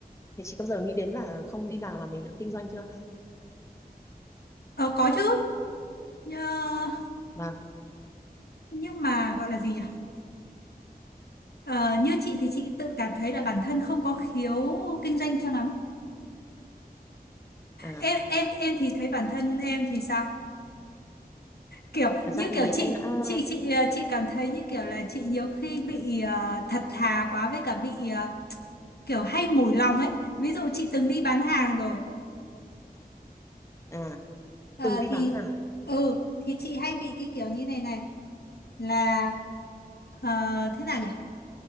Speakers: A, on the left (about 20°); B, on the left (about 80°).
A: thế chị có bao giờ nghĩ đến là không đi làm mà mình đã kinh doanh chưa
B: ờ, có chứ nhưng,
A: vâng
B: nhưng mà gọi là gì nhỉ ờ, như chị thì chị tự cảm thấy là bản thân không có khiếu kinh doanh cho lắm
A: à
B: em em em thì thấy bản thân em thì sao kiểu
A: thật ra
B: như
A: thì
B: kiểu
A: em
B: chị
A: đã
B: chị chị ờ, chị cảm thấy như kiểu là chị nhiều khi bị ờ, thật thà quá với cả bị ờ, kiểu hay mùi lòng ấy ví dụ chị từng đi bán hàng rồi
A: Dạ. à
B: ờ,
A: từng đi
B: thì
A: bán hàng
B: ừ thì chị hay bị cái kiểu như này này là ờ, thế nào nhỉ